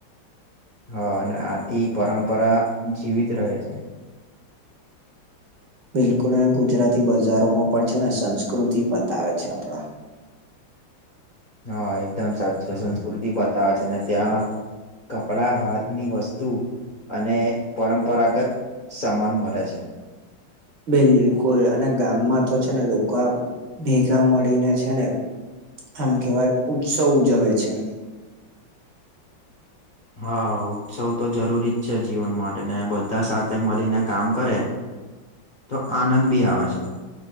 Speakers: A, on the left; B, on the right.
A: હા, અને આથી પરંપરા જીવિત રહે છે. <unintelligible>
B: બિલકુલ અને ગુજરાતી બજારોમાં પણ છે ને સંસ્કૃતિ બતાવે છે આપણા
A: હા, એકદમ સાચી સંસ્કૃતિ બતાવે છે, ને ત્યાં કપડા હાથ ની વસ્તુ અને પરંપરાગત સમાન મળે છે.
B: બિલકુલ અને ગામમાં તો છે ને લોકો ભેગા મળીને છે ને આમ કહેવાય ઉત્સવ ઉજવે છે.
A: હા ઉત્સવ તો જરૂરી જ છે જીવન માટે ને બધા સાથે મળીને કામ કરે તો આનંદ બી આવે છે.